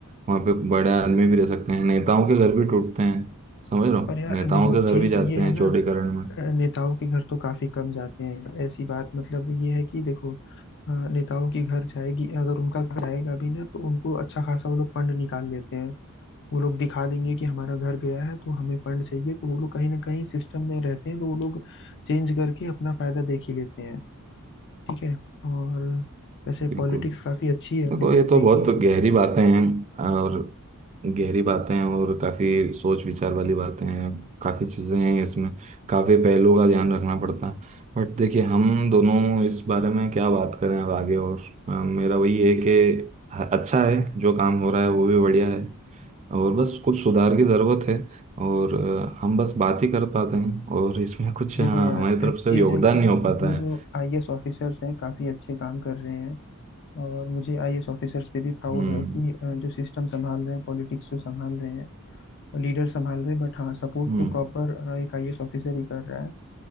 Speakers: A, on the right (about 30°); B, on the left (about 55°).
A: वहाँ पे बड़े आदमी भी रह सकते हैं नेताओं के घर भी टूटते हैं समझ रहे हो
B: पर यार
A: नेताओं
B: देखो
A: के घर
B: चीज
A: भी जाते
B: ये
A: हैं
B: है ना
A: चौड़ीकरण में
B: अ, नेताओं के घर तो काफी कम जाते हैं ऐसी बात मतलब ये है कि देखो अ, नेताओं के घर जाएगी अगर उनका घर जाएगा भी ना तो उनको अच्छा खासा वो लोग फंड निकाल लेते हैं वो लोग दिखा देंगे कि हमारा घर गया है तो हमें फंड चाहिए तो वो लोग कहीं ना कहीं सिस्टम में रहते हैं तो वो लोग चेंज करके अपना फायदा देख ही लेते हैं ठीक है और वैसे
A: बिल्कुल
B: पॉलिटिक्स काफ़ी अच्छी है अपनी
A: देखो
B: कंट्री
A: ये तो बहुत
B: की
A: गहरी बातें हैं और गहरी बातें हैं और काफ़ी सोच विचार वाली बातें हैं काफ़ी चीज़ें हैं इसमें काफ़ी पहलुओं का ध्यान रखना पड़ता है बट देखिए हम दोनों इस बारे में क्या बात करें अब आगे और अ, मेरा वही है कि ह- अच्छा है जो काम हो रहा है वो भी बढ़िया है और बस कुछ सुधार की ज़रूरत है और अ, हम बस बात ही कर पाते हैं और इसमें कुछ
B: देखो
A: हाँ,
B: यार
A: हमारी तरफ
B: ऐसी
A: से
B: चीज़
A: योगदान
B: है कि
A: नहीं हो पाता
B: अपने जो
A: है
B: आईएएस ऑफिसर्स हैं काफ़ी अच्छे काम कर रहे हैं और मुझे आईएएस ऑफिसर्स पे भी प्राउड
A: हम्म
B: है कि अ, जो सिस्टम संभाल रहे हैं पॉलिटिक्स जो संभाल रहे हैं लीडर संभाल रहे हैं बट हाँ सपोर्ट
A: हम्म
B: तो प्रॉपर एक आईएएस ऑफिसर ही कर रहा है